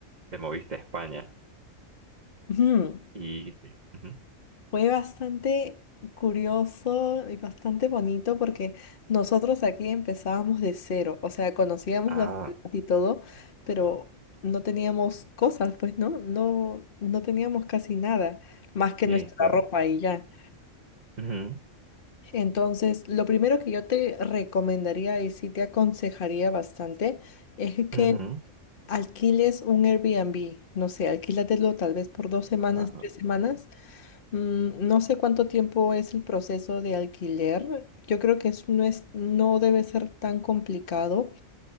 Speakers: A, on the right; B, on the left.
A: te moviste a España?
B: ujú,
A: Y... Ujú.
B: Fue bastante curioso y bastante bonito porque nosotros aquí empezábamos de cero, o sea, conocíamos
A: Ah,
B: la ciudad y todo, pero no teníamos cosas, pues, ¿no? No, no teníamos casi nada, más que
A: sí,
B: nuestra
A: claro.
B: ropa y ya.
A: Ujú,
B: Entonces, lo primero que yo te recomendaría y sí te aconsejaría bastante es que
A: ujú.
B: alquiles un Airbnb. No sé, alquílatelo tal vez por dos semanas,
A: Ah,
B: tres semanas. Mm, no sé cuánto tiempo es el proceso de alquiler. Yo creo que es- no es, no debe ser tan complicado.